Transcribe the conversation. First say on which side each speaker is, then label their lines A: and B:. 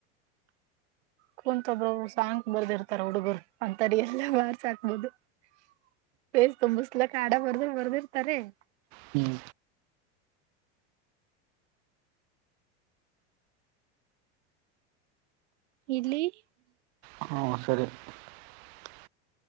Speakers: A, on the right; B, on the right.
A: ಕುಂತ ಒಬವ್ವ ಸಾಂಗ್ ಬರೆದಿರತ್ತಾರ ಹುಡುಗರು ಹಂತವರಿಗೆಲ್ಲ ಮಾರ್ಕ್ಸ್ ಆಕ್ಬೋದು. <unintelligible> ಪೇಜ್ ತಂಬಿಸಲಕ್ ಹಾಡ ಬರದ ಬರ್ದ ಬರ್ದಿರ್ತಾರೆ. <unintelligible>
B: ಹು <unintelligible>
A: ಇಡ್ಲಿ. <unintelligible>
B: ಹೂ ಸರಿ. <unintelligible>